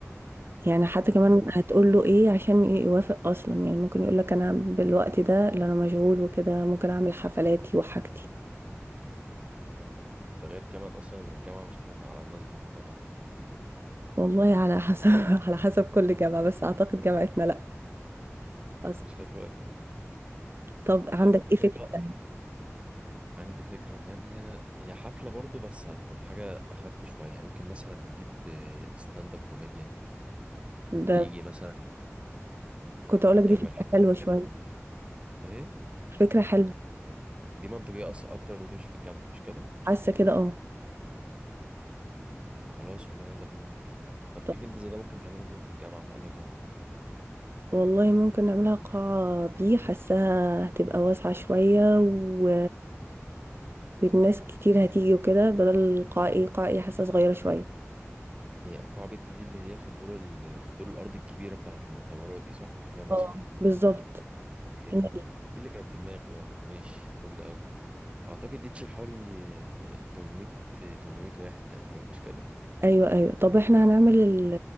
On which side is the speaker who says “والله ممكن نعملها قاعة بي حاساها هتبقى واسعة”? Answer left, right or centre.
Right